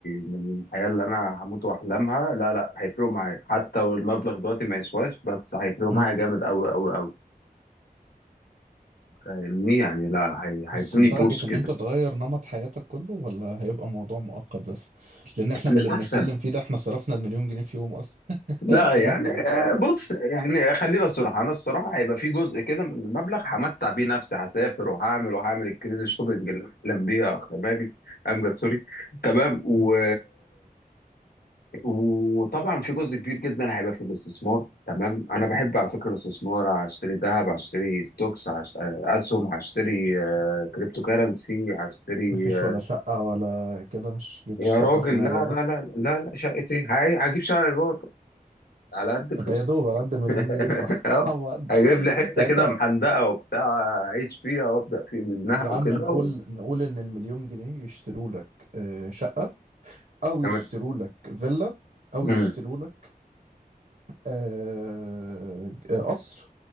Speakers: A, on the left; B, on the right.
A: من الحياة اللي أنا هموت وأحلامها لا لا هيفرقوا معايا حتى لو المبلغ دلوقتي ما يسواش بس هيفرقوا
B: امم
A: معايا جامد أوي أوي أوي فاهمني يعني لا هي- هيدوني
B: بس لدرجة
A: بوس كده
B: ان انت تغير نمط حياتك كله ولا هيبقى موضوع مؤقت بس لان احنا
A: للأحسن
B: باللي بنتكلم فيه ده احنا صرفنا المليون جنيه في يوم اصلا <laughs>
A: لا
B: ولا كأنهم
A: يعني
B: جم
A: آه، بص يعني خلينا صراحة أنا الصراحة هيبقى في جزء كده من المبلغ همتع بيه نفسي هسافر وهعمل وهعمل الكريزي الشوبينج اللي بحلم بيها يا أخ ماجد أمجد سوري تمام و
B: امم
A: وطبعا في جزء كبير جدا هيبقى في الاستثمار تمام انا بحب على فكره الاستثمار هشتري ذهب هشتري ستوكس هشت- اسهم هشتري آه، كريبتو كارنسي هشتري
B: مفيش
A: آه،
B: ولا شقة ولا كده مش جيتش
A: يا راجل
B: تفكر في الموضوع
A: لا
B: ده
A: لا لا لا لا شقه ايه هاي- هجيب شقه ايجار على قد فلوسي
B: ده يا دوب على قد المليون
A: <laughs>
B: جنيه صح <laughs>
A: اه
B: صح ما أقدر.
A: هجيب لي حته
B: يعني
A: كده
B: انت
A: محندقه وبتاع اعيش فيها وابدا في منها
B: يا
A: وكده
B: عم نقول
A: و...
B: نقول ان المليون جنيه يشتروا لك آه، شقة او
A: تمام
B: يشتروا لك فيلا او
A: مم.
B: يشتروا لك آه، آه، قصر